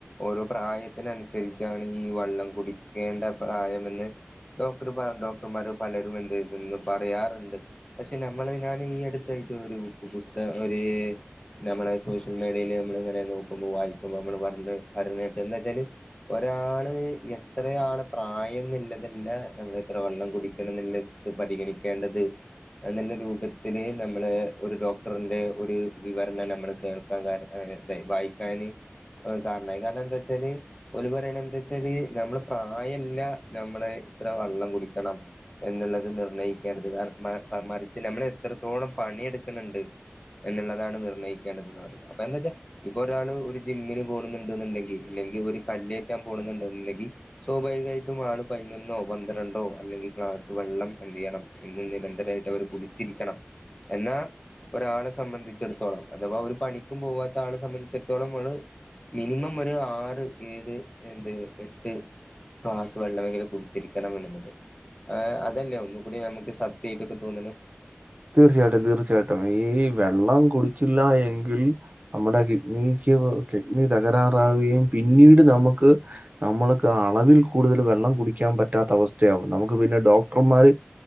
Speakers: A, on the left; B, on the right.
A: ഓരോ പ്രായത്തിനനുസരിച്ചാണ് ഈ വെള്ളം കുടിക്കേണ്ട പ്രായമെന്ന് ഡോക്ടർ ഡോക്ടർമാര് പലരും എന്ത് ഇതന്ന് പറയാറുണ്ട് പക്ഷെ നമ്മള ഞൻ ഈ അടുത്തായിട്ട് ഒരു പുസ്തകം ഒരു നമ്മളെ സോഷ്യൽ മീഡിയയിൽ നമ്മൾ ഇങ്ങനെ നോക്കുമ്പോൾ വായിക്കുമ്പോ നമ്മള് പറഞ്ഞ കേട്ട് എന്താ വെച്ചാല് ഒരാള് എത്രയാള് പ്രായം എന്നുള്ളതല്ല നമ്മൾ എത്ര വള്ളം കുടിക്കണം എന്നുള്ളത്. പരിഗണിക്കേണ്ടത് അതിന്റെ രൂപത്തില്ൽ നമ്മള് ഒരു ഡോക്ടറിന്റെ ഒരു വിവരണം നമ്മൾ കേ വായിക്കാന് കാരണായി കാരണം എന്താ വച്ചാല് ഒരു പറയണ എന്താ വച്ചാല് നമ്മള് പ്രായല്ല നമ്മുടെ ഇത്ര വെള്ളം കുടിക്കണം. എന്നുള്ളത് നിർണ്ണയിക്കേണ്ടത് കാരണം മറിച്ച് നമ്മൾ എത്രത്തോളം പണിയ എടുക്കണണ്ട് എന്നുള്ളതാണ് നിർണയിക്കേണ്ടെന്ന് പറഞ്ഞുന്നത് അപ്പൊ എന്താ വെച്ചാ ഇപ്പൊ ഒരാള് ഒരു ജിമ്മിന് പോണുന്നുണ്ടുണ്ടെങ്കിൽ ഇല്ലെങ്കിൽ ഒരു കല്റ്റാൻ പോകുന്നുണ്ടണ്ടെങ്കിൽ സ്വാഭാവികമായിട്ടും ആള് പതിനൊന്നോ പന്ത്രണ്ടോ അല്ലെങ്കിൽ ഗക്ലാസ് വെള്ളം എന്ത്തു ചെയ്യണം. എന്നന്ന് നിരന്തരമായിട്ട് അവർ കുടിച്ചിരിക്കണം എന്നാ ഒരാളെ സംബന്ധിച്ചിടത്തോളം അഥവാ ഒരു പണിക്കും പോവാത്ത ആളെ സംബന്ധിച്ചിടത്തോളം നമ്മള് മിനിമം ഒരു ആറ് ഏഴ് എന്ത് എട്ട് ക്വാസ് വെള്ളമ എങ്കിലും കുടടിത്തിരിക്കണം എന്നുള്ളത് ആഹ് അതല്ലേ ഒന്ന കൂടി നമുക്ക് സത്യയിട്ടൊക്കെ തോന്നണത്
B: തീർച്ചയായിട്ടും തീർച്ചയായിട്ടും ഈ വെള്ളം കുടിച്ചില്ല എങ്കിൽ നമ്മുടെ കിഡ്നിക്ക് കിഡ്നി തകരാറാവുകയും പിന്നീട് നമുക്ക് നമ്മൾക്ക് അളവിൽ കൂടുതൽ വെള്ളം കുടിക്കാൻ പറ്റാത്ത അവസ്ഥയാകും നമുക്ക് പിന്നെ ഡോക്ടർമാര്